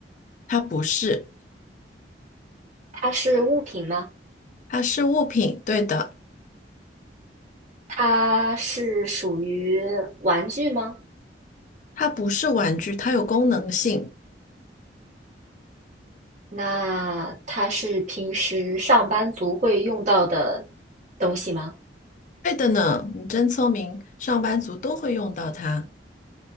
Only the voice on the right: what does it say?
它是物品吗？
它是属于玩具吗？
那它是平时上班族会用到的东西吗？